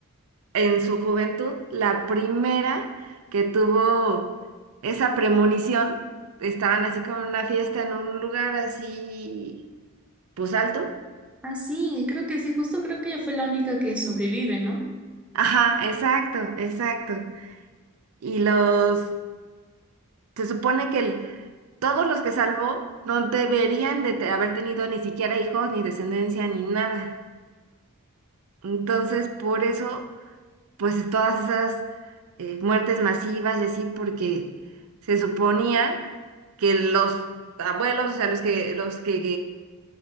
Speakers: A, on the right; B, in the centre.
A: en su juventud la primera que tuvo esa premonición. Estaban así como en una fiesta en un lugar así, pues alto.
B: Ah, sí, creo que sí, justo creo que ella fue la única que sobrevive, ¿no?
A: Ajá, exacto, exacto. Y los, se supone que el- todos los que salvó no deberían de te- haber tenido ni siquiera hijos, ni descendencia, ni nada. Entonces, por eso, pues todas esas eh, muertes masivas y así, porque se suponía que los abuelos, o sea, los que, los que